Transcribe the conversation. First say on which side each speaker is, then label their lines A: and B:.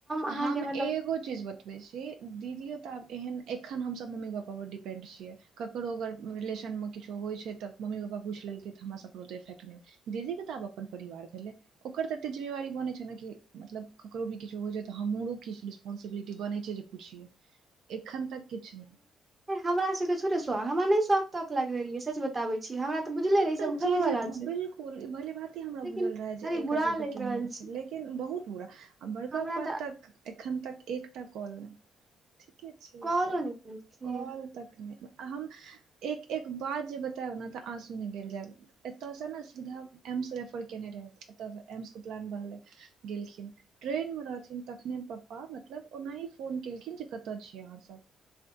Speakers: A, on the right (about 25°); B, on the right (about 80°).
A: अहाँके
B: हम
A: मतलब
B: एगो चीज बतबै छी दीदिओ तऽ आब एहन एखन हमसभ मम्मी पापापर डिपेन्ड छियै ककरो अगर रिलेशनमे किछो होइ छै तऽ मम्मी पापा पुछि लेलकै तऽ हमरासकेँ ओतेक इफेक्ट नहि होयत छै दीदी के तऽ आब अपन परिवार भेलै ओकर तऽ एते जिम्मेवारी बने छै ने कि मतलब ककरो भी किछु होइ छै तऽ हमरो किछु रेस्पोंसबिलिटी बनै छै जे पुछिये एखन तक किछु नहि
A: हमरा सबके छोटे सँ हमरा नहि सौख तौक लागि रहलै सच बताबे छी हमरा तऽ बुझले
B: ई
A: रहै
B: ते
A: सब
B: चीज
A: होबे वला छै
B: बिलकुल ई भली भाती हमरा
A: लेकिन
B: बुझल रहे
A: खाली
B: जे एकर
A: बुरा
B: सब के
A: लागि
B: केहन
A: रहल
B: छै लेकिन बहुत बुरा आ बड़का
A: हमरा
B: पप्पा
A: तऽ
B: तक एखन तक एकटा कॉल नहि ठीके छै
A: कॉलो
B: तऽ
A: नहि केलखिन
B: कॉल तखने हम एक एक बात जे बताबे न आंसू सु नहि गेल जाय एतऽसँ ने सीधा एम्स रेफर केने रहै एतऽसँ एम्सके प्लान बनलै गेलखिन ट्रेनमे रहथिन तखने पापा मतलब ओनाही फोन केलखिन जे कतय छियै अहाँसभ <inaudible>